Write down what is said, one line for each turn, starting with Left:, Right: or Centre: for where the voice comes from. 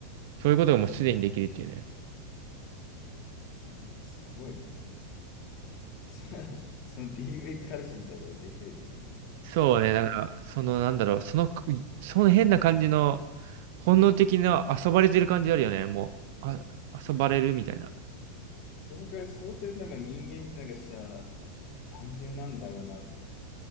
Right: そういうことがもうすでにできるっていうね。
Left: いや、すごいな。そその DV 彼氏みたいなことできるっていう
Right: そうね、
Left: のは、
Right: だから、その、なんだろう、その、その変な感じの、本能的な遊ばれてる感じあるよね、もう。あ、遊ばれるみたいな。
Left: そのくらい、そうするとなんか人間ってなんかさ、やっぱ単純なんだろうなっ